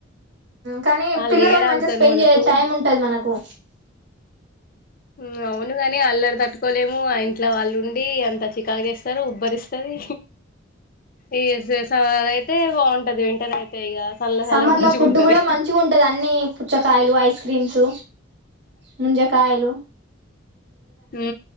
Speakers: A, on the right (about 60°); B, on the left (about 45°).
A: కానీ
B: వాళ్ళు
A: పిల్లలతో
B: ఏడాగుతారు
A: మంచిగా స్పెండ్
B: మనకు
A: చేయ టైం ఉంటది మనకు
B: హ్మ్ అవునుగాని అల్ర్ తట్టు తీసుకోలేము ఆ ఇంట్లో వాళ్ళు ఉండి అంత చికాకు చేస్తారు ఉబ్బరిస్తుంది ఈ అయితే బాగుంటది వింటర్ అయితే ఇక చల్ల
A: సమ్మర్
B: చల్లగా మంచిగుంటది
A: లో ఫుడ్ కూడా మంచిగా ఉంటది అన్నిీ పుచ్చకాయలు ఐస్ క్రీమ్స్ ముంజ కాయలు
B: ఉ